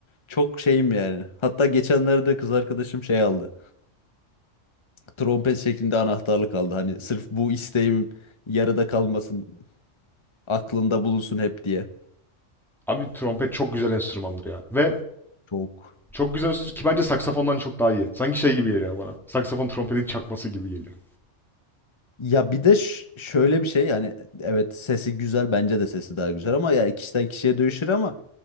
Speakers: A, on the left (about 25°); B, in the centre.
A: çok şeyim yani. Hatta geçenlerde kız arkadaşım şey aldı. trompet şeklinde anahtarlık aldı. Hani sırf bu isteğim yarıda kalmasın, aklında bulunsun hep diye.
B: Abi trompet çok güzel enstrümandır ya. Ve
A: Çok.
B: Çok güzel enstrüman ki bence saksafondan çok daha iyi. Sanki şey gibi geliyor bana. Saksafon trompetin çakması gibi geliyor.
A: Ya bir de ş- şöyle bir şey yani evet sesi güzel bence de sesi daha güzel ama ya kişiden kişiye değişir ama